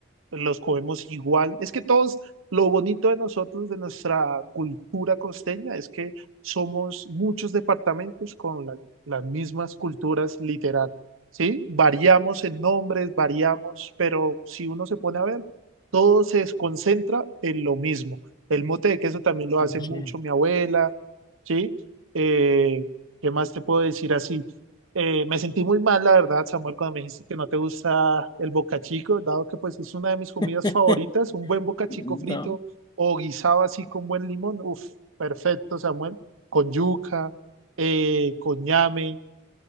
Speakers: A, on the right (about 85°); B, on the left (about 20°).
A: los comemos igual. Es que todos, lo bonito de nosotros, de nuestra cultura costeña, es que somos muchos departamentos con la- las mismas culturas literal, ¿sí? Variamos en nombres, variamos, pero si uno se pone a ver, todo se concentra en lo mismo. El mote de queso también lo hace
B: sí.
A: mucho mi abuela, ¿sí? Eh, ¿qué más te puedo decir así? Eh, me sentí muy mal, la verdad, Samuel, cuando me dijiste que no te gusta el bocachico, dado que pues es una de mis comidas
B: <laughs>
A: favoritas, un buen bocachico frito
B: No.
A: o guisado así con buen limón. Uf, perfecto, Samuel, con yuca, eh, con ñame.